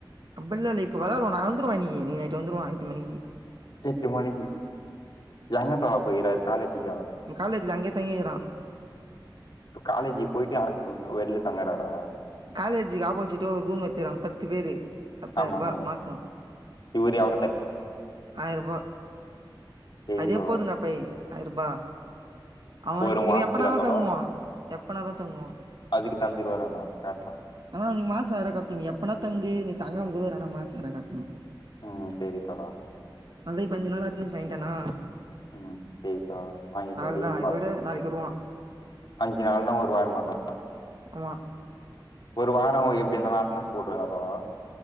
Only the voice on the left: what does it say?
எட்டு மணிக்கு எங்க தோழா போயிக்றாரு காலேஜிக்கா
இப்ப காலேஜி போயிட்டு அ வெளில தங்குறாரா
ஆமா தோழா
இவரு எவ்
செரி
தோழா
ஒரு மாசத்துக்கா
தோழா
அதுக்கு தந்துருவாரு ஆனா கரெக்ட்டா
ம் சேரி தோழா
ம் சேரி இப்ப வாங்கிட்டாரு
இப்ப
அஞ்சு நாள்னா ஒரு வாரமா தோ
ஒரு வாரோ அ எப்டி இருந்தாலு அட்னன்ஸ் போட்ருவாரா தோழா